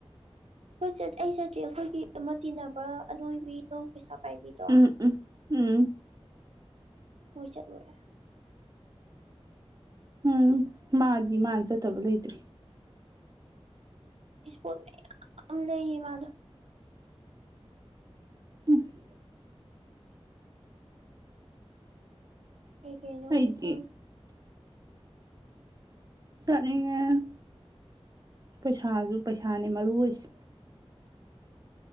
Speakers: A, on the right; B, on the right.
A: ꯍꯣꯏ ꯆꯠ ꯑꯩ ꯆꯠꯇ꯭ꯔꯤ ꯑꯩꯈꯣꯏꯒꯤ ꯑꯃ ꯇꯤꯟꯅꯕ ꯑꯅꯣꯏꯕꯤꯗꯣ ꯄꯩꯁꯥ ꯄꯥꯏꯕꯤꯗꯣ
B: ꯎꯝ ꯎꯝ ꯎꯝ
A: ꯃꫭꯏ ꯆꯠꯂꯨꯔꯦ
B: ꯎꯝ ꯃꯥꯗꯤ ꯃꯥꯅ ꯆꯠꯇꯕ ꯂꯩꯇ꯭ꯔꯤ
A: ꯏꯁ ꯄꫭꯠ‌ꯃꯌꯥꯝ ꯂꯩ ꯃꯥꯗꫭ
B: ꯎꯁ
A: ꯀꯩ ꯀꯩꯅꯣꯗꯤ
B: ꯑꯩꯗꯤ
A: ꯈꯪꯗꯦ
B: ꯆꯠꯅꯤꯡꯉꯦ ꯄꯩꯁꯥꯁꯨ ꯄꯩꯁꯥꯅꯦ ꯃꯔꯨ ꯑꯣꯏꯁꯦ